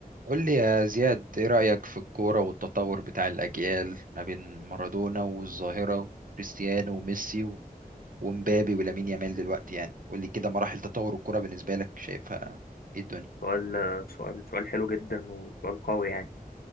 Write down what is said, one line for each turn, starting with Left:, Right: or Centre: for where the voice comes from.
Right: قول لي يا زياد ايه رأيك في الكورة والتطور بتاع الأجيال ما بين مارادونا والظاهرة وكريستيانو وميسي و- ومبابي ولامين يامال دلوقتي يعني قول لي كده مراحل تطور الكورة بالنسبة لك شايفها ايه الدنيا
Left: سؤال سؤال سؤال حلو جدا وسؤال قوي يعني